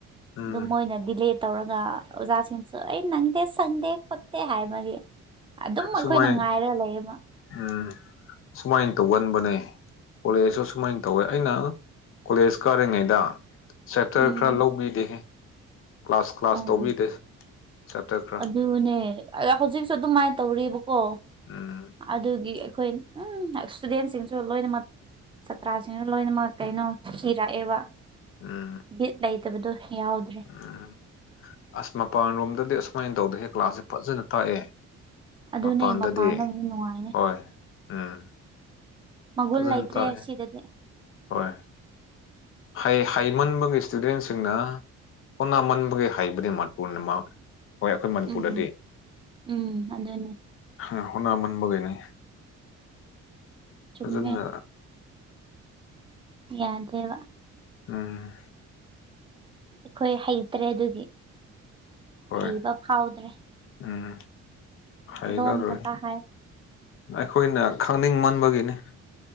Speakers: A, on the left; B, on the right.
A: ꯎꯝ
B: ꯑꯗꯣ ꯃꯣꯏꯅ ꯗꯤꯂꯦ ꯇꯧꯔꯒ ꯑꯣꯖꯥꯁꯤꯡꯁꯨ ꯑꯩ ꯅꯪꯗꯦ ꯁꯪꯗꯦ ꯈꯣꯠꯇꯦ ꯍꯥꯏꯕꯒꯤ ꯑꯗꯨꯝ ꯑꯩꯈꯣꯏꯅ
A: ꯁꯨꯃꯥꯏ
B: ꯉꯥꯏꯔꯒ ꯂꯩꯌꯦꯕ
A: ꯎꯝ ꯁꯨꯃꯥꯏꯅ ꯇꯧꯒꯟꯕꯅꯦ ꯀꯣꯂꯦꯖꯁꯨ ꯁꯨꯃꯥꯏꯅ ꯇꯧꯋꯦ ꯑꯩꯅ ꯀꯣꯂꯦꯖ ꯀꯥꯔꯤꯉꯩꯗ ꯆꯦꯞꯇꯔ
B: ꯎꯝ
A: ꯈꯔ ꯂꯧꯕꯤꯗꯦꯍꯦ ꯀ꯭ꯂꯥꯁ ꯀ꯭ꯂꯥꯁ
B: ꯎꯝ
A: ꯇꯧꯕꯤꯗꯦ ꯆꯦꯞꯇꯔ ꯈꯔ
B: ꯑꯗꯨꯅꯦ ꯍꯧꯖꯤꯛꯁꯨ ꯑꯗꯨꯃꯥꯏ ꯇꯧꯔꯤꯕꯀꯣ
A: ꯎꯝ
B: ꯑꯗꯨꯒꯤ ꯑꯩꯈꯣꯏ ꯎꯝ ꯁꯇꯨꯗꯦꯟꯁꯤꯡꯁꯨ ꯂꯣꯏꯅꯃꯛ ꯆꯥꯄ꯭ꯔꯥꯁꯤꯁꯨ ꯂꯣꯏꯅꯃꯛ ꯀꯩꯅꯣ ꯊꯤꯔꯛꯑꯦꯕ
A: ꯎꯝ
B: ꯕꯤꯠ ꯂꯩꯇꯕꯗꯣ ꯌꯥꯎꯗ꯭ꯔꯦ
A: ꯎꯝ ꯑꯁ ꯃꯄꯥꯟ ꯔꯣꯝꯗꯗꯤ ꯑꯁꯨꯃꯥꯏꯅ ꯇꯧꯗꯦꯍꯦ ꯀ꯭ꯂꯥꯁꯁꯦ ꯐꯥꯖꯅ ꯇꯥꯛꯑꯦ
B: ꯑꯗꯨꯅꯦ
A: ꯃꯄꯥꯟꯗꯗꯤ
B: ꯅꯨꯡꯉꯥꯏꯅꯤ
A: ꯍꯣꯏ ꯎꯝ
B: ꯃꯒꯨꯜ
A: ꯐꯖꯅ
B: ꯂꯩꯇ꯭ꯔꯦ
A: ꯇꯥꯛꯑꯦ
B: ꯁꯤꯗꯗꯤ꯫
A: ꯍꯣꯏ ꯍꯩ ꯍꯩꯃꯟꯕꯒꯤ ꯏꯁꯇꯨꯗꯦꯟꯁꯤꯡꯅ ꯍꯣꯠꯅꯃꯟꯕꯒꯤ ꯍꯩꯕꯗꯤ ꯃꯄꯨꯔꯅꯤꯃꯛ <unintelligible> ꯍꯣꯏ ꯑꯩꯈꯣꯏ ꯃꯅꯤꯄꯨꯔꯗꯗꯤ
B: ꯎꯝ ꯎꯝ ꯑꯗꯨꯅꯦ
A: ꯍꯥ ꯍꯣꯠꯅꯃꯟꯕꯒꯤꯅꯤ
B: ꯆꯨꯝꯃꯦ
A: ꯐꯖꯅ
B: ꯌꯥꯗꯦꯕ
A: ꯎꯝ
B: ꯑꯩꯈꯣꯏ ꯍꯩꯇ꯭ꯔꯦ ꯑꯗꯨꯒꯤ
A: ꯍꯣꯏ
B: ꯍꯩꯕ ꯐꯥꯎꯗ꯭ꯔꯦ
A: ꯎꯝ ꯍꯩꯂꯔꯣꯏ
B: ꯂꯣꯟ ꯈꯛꯇ ꯍꯥꯏ
A: ꯑꯩꯈꯣꯏꯅ ꯈꯪꯅꯤꯡꯃꯟꯕꯒꯤꯅꯤ